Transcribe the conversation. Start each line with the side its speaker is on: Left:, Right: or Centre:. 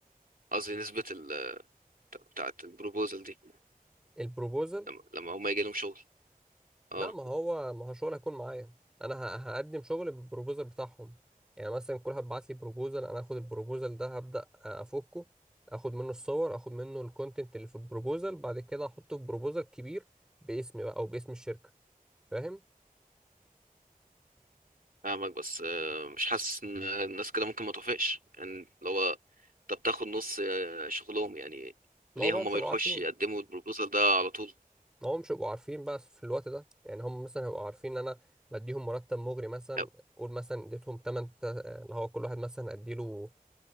Right: قصدي نسبة ال بتاعة البروبوزال دي
Centre: البروبوزل
Right: لما لما هم يجي لهم شغل اه
Centre: لا ما هو ما هو شغل هيكون معايا انا ه- هقدم شغل بالبروبوزال بتاعهم يعني مثلا كل واحد بعت لي بروبوزال انا هاخد البروبوزال ده هبدا افكه اخد منه الصور اخد منه الكونتنت اللي في البروبوزال بعد كده احطه في بروبوزال كبير باسمي بقى او باسم الشركه فاهم
Right: فاهمك بس آه، مش حاسس ان الناس كده ممكن ما توافقش يعني لو هو طب تاخد نص آه، شغلهم يعني
Centre: ما
Right: ليه
Centre: هو بقى
Right: هم
Centre: مش
Right: ما
Centre: هيبقوا
Right: يروحوش
Centre: عارفين
Right: يقدموا البروبوزال ده على طول
Centre: ما هو مش هيبقوا عارفين بقى في الوقت ده يعني هم مثلا هيبقوا عارفين ان انا بديهم مرتب مغري مثلا
Right: أو-
Centre: قول مثلا اديتهم 8 اللي هو كل واحد مثلا اديله